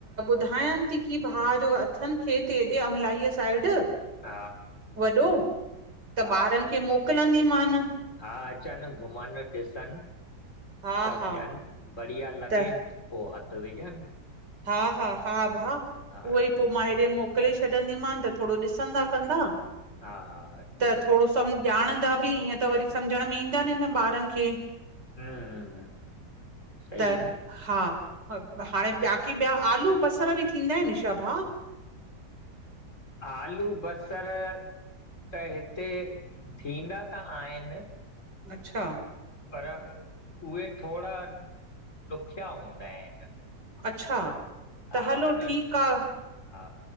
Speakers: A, on the right; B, on the left.
A: ॿुधायांनि थी की भाउ जो अथनि खेत हेॾे अमलाईअ साइड।
B: हा
A: वॾो त
B: हा
A: ॿारनि खे मोकिलंदीमान
B: हा-हा अचनि घुमनि ॾिसनि।
A: हा
B: सम्झनि
A: हा
B: बढ़िया लॻेन
A: त
B: पोइ हथ विझनि,
A: हा हा हा भा उहोई
B: हा जी
A: पोइ मां हेॾे मोकिले छॾंदीमान त थोरो ॾिसंदा कंदा
B: हा हा ठीकु
A: त थोरो सम ॼाणंदा बि ईअं त वरी समझण में ईंदन ई न ॿारनि खे
B: हं हं सही
A: त
B: आ
A: हा हाणे ॿियाकि ॿिया आलू बसर बि थींदा आहिनि छा भा
B: आलू बसर त हिते, थींदा त आहिनि।
A: अच्छा
B: पर उहे थोड़ा ॾुखिया हूंदा आहिनि।
A: अच्छा,
B: हा
A: त हलो
B: हुननि
A: ठीकु आ
B: हा